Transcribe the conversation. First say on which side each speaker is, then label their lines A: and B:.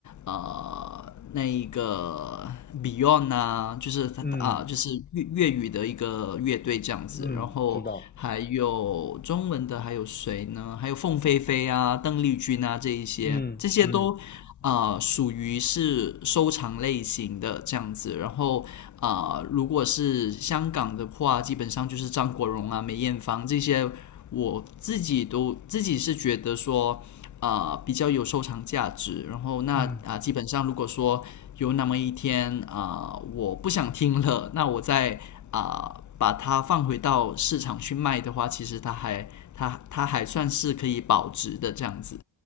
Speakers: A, on the left; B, on the left.
A: 呃那一个 Beyond 啊，就是他啊、
B: 嗯
A: 就是粤粤语的一个乐队这样子，
B: 嗯，
A: 然后还有中文的还有谁呢？
B: 知道，
A: 还有凤飞飞啊、邓丽君啊这一些，
B: 嗯嗯
A: 这些都。啊属于是收藏类型的这样子，然后。啊、呃如果是香港的话，基本上就是张国荣啊、梅艳芳这些，我自己都自己是觉得说，啊、呃比较有收藏价值。然后那啊、
B: 嗯，
A: 呃基本上如果说有那么一天啊、呃我不想听了，那我再啊、呃把它放回到市场去卖的话，其实它还它它还算是可以保值的这样子。